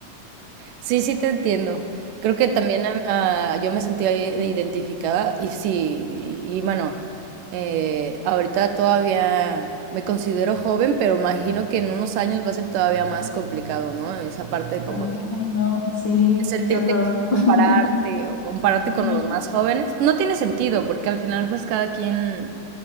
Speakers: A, on the right; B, on the left.
A: Sí, sí te entiendo. Creo que también ah, ah, yo me sentía i- identificada y sí, y, y bueno, eh, ahorita todavía me considero joven, pero imagino que en unos años va a ser todavía más complicado, ¿no? Esa parte como
B: Ay,
A: de,
B: no, sí,
A: de sentirte,
B: qué, qué horror.
A: compararte
B: <laughs>
A: o compararte
B: Ujú.
A: con los más jóvenes. No tiene sentido, porque al final pues cada quien,